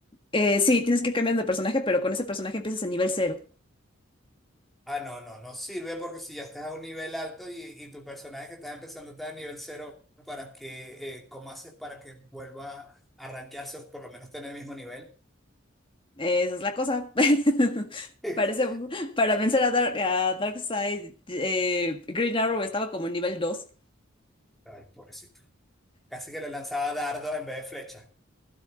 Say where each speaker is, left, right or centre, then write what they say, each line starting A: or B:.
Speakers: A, on the left; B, in the centre.
A: Eh, sí, tienes que ir cambiando de personaje, pero con ese personaje empiezas en nivel cero.
B: Ah, no, no, no sirve porque si ya estás a un nivel alto y, y tu personaje que estás empezando está a nivel cero, ¿para que eh, cómo haces para que vuelva a rankearse o por lo menos tener el mismo nivel?
A: Esa es la cosa. <laughs>
B: <laughs>
A: Parece, para vencer a, Dark, a Darkseid, eh, Green Arrow estaba como en nivel 2.
B: Ay, pobrecito. Casi que le lanzaba dardos en vez de flechas.